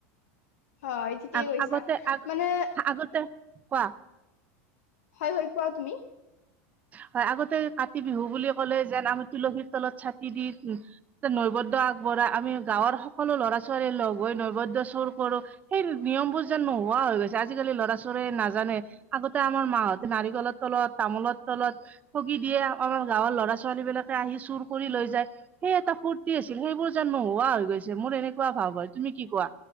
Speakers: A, on the left (about 85°); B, on the right (about 20°).
A: হয় ঠিকেই
B: আগ
A: কৈছা।
B: আগতে আগ
A: মানে
B: আগতে কোৱা?
A: হয় হয়। কোৱা তুমি?
B: হয়। আগতে কাতি বিহু বুলি ক'লে যেন আমি তুলসীৰ তলত চাকি দি উ নৈবদ্য আগবঢ় আমি গাঁৱৰ সকলো লৰা ছোৱালীয়ে লগ হৈ নৈবদ্য চুৰ কৰো, সেই নিয়মবোৰ যেন নোহোৱা হৈ গৈছে। আজিকালি ল'ৰা ছোৱালীয়ে নাজানে। আগতে আমাৰ মাহঁতে নাৰিকলৰ তলত, তামোলত তলত ঠগি দিয়ে আমাৰ গাঁৱৰ ল'ৰা ছোৱালী বিলাকে আহি চুৰ কৰি লৈ যায় সেই এটা ফুৰ্তি ছিল সেইবোৰ যেন নোহোৱা হৈ গৈছে মোৰ এনেকুৱা ভাৱ হয় তুমি কি কোৱা